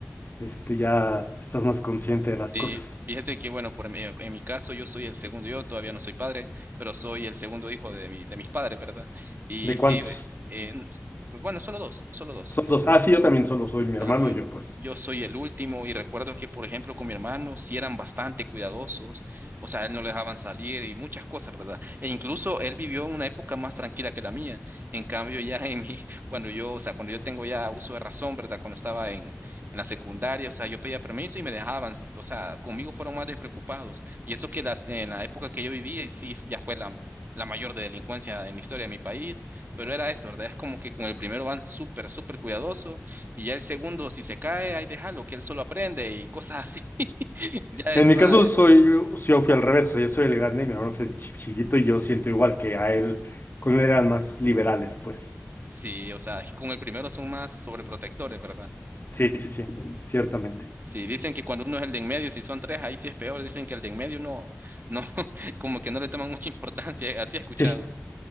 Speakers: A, on the left; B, on the right.
A: este, ya estás más consciente de las
B: Sí,
A: cosas.
B: fíjate que, bueno, por, mi- en mi caso yo soy el segundo, yo todavía no soy padre, pero soy el segundo hijo de mi, de mis padres, ¿verdad? Y
A: ¿De cuántos?
B: sí, eh, eh, bueno, solo dos, solo dos.
A: Son dos. Ah, sí, yo también solo soy mi hermano
B: Ah, yo,
A: y yo, pues.
B: yo soy el último y recuerdo que, por ejemplo, con mi hermano sí eran bastante cuidadosos, o sea, él no le dejaban salir y muchas cosas, ¿verdad? E incluso él vivió en una época más tranquila que la mía. En cambio, ya en mi, <laughs> cuando yo, o sea, cuando yo tengo ya uso de razón, ¿verdad? Cuando estaba en, en la secundaria, o sea, yo pedía permiso y me dejaban, o sea, conmigo fueron más despreocupados. Y eso que las, en la época que yo vivía, y sí, ya fue la... la mayor de delincuencia en la historia de mi país, pero era eso, ¿verdad? Es como que con el primero van súper, súper cuidadosos y ya el segundo, si se cae, ahí déjalo, que él solo aprende y cosas así. <laughs> Ya
A: En
B: es
A: mi
B: más,
A: caso
B: eh,
A: soy, sí, yo fui al revés, soy- yo soy el grande y mi hermano es el chi- chiquito y yo siento igual que a él, con él eran más liberales, pues.
B: sí, o sea, con el primero son más sobreprotectores, ¿verdad?
A: Sí, sí, sí, ciertamente.
B: Sí, dicen que cuando uno es el de en medio, si son tres, ahí sí es peor. Dicen que el de en medio no, no, <laughs> como que no le toman mucha importancia, así he escuchado.
A: Sí.